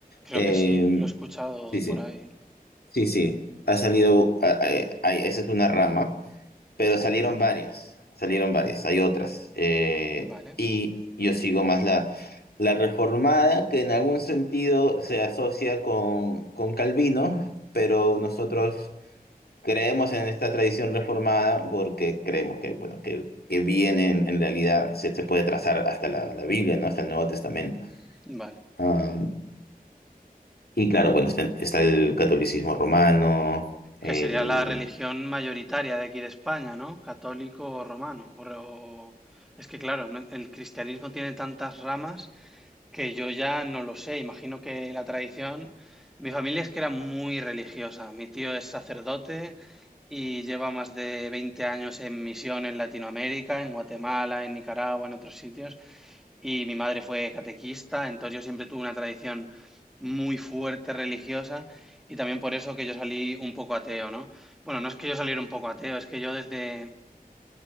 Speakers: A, in the centre; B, on the left.
A: Creo
B: Eh,
A: que sí, lo he escuchado
B: sí,
A: por
B: sí,
A: ahí.
B: sí, sí, ha salido, a- a- a- esa es una rama pero salieron
A: Vale,
B: varias, salieron varias, hay otras. eh,
A: vale,
B: y yo sigo más la, la reformada, que en algún sentido se asocia con, con Calvino, pero nosotros creemos en esta tradición reformada porque creemos que, bueno, que, que viene en, en realidad, se, se puede trazar hasta la, la Biblia, ¿no? Hasta el Nuevo Testamento.
A: vale.
B: Am, y claro, bueno, está, está el catolicismo romano, el...
A: Que sería la religión mayoritaria de aquí de España, ¿no? Católico o romano. o re- o- Es que claro, no- el cristianismo tiene tantas ramas que yo ya no lo sé. Imagino que la tradición... Mi familia es que era muy religiosa. Mi tío es sacerdote y lleva más de 20 años en misión en Latinoamérica, en Guatemala, en Nicaragua, en otros sitios. Y mi madre fue catequista, entonces yo siempre tuve una tradición muy fuerte religiosa y también por eso que yo salí un poco ateo, ¿no? Bueno, no es que yo saliera un poco ateo, es que yo desde